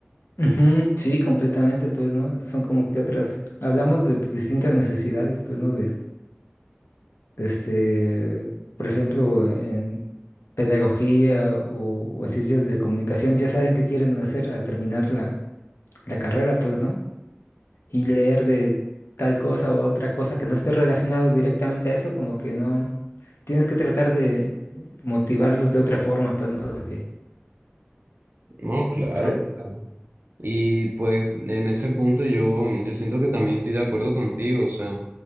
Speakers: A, on the left; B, on the right.
A: Ujú, sí, completamente, pues, ¿no? Son como que otras, hablamos de distintas necesidades, pues, ¿no? De, de este, por ejemplo, en pedagogía o, o en ciencias de la comunicación, ya saben qué quieren hacer al terminar la, la carrera, pues, ¿no? y leer de tal cosa o otra cosa que no esté relacionado directamente a eso, como que no, tienes que tratar de motivarlos de otra forma, pues, ¿no? De que
B: No, claro.
A: ofre-
B: claro. Y pues en ese punto yo, yo siento que también estoy de acuerdo contigo, o sea,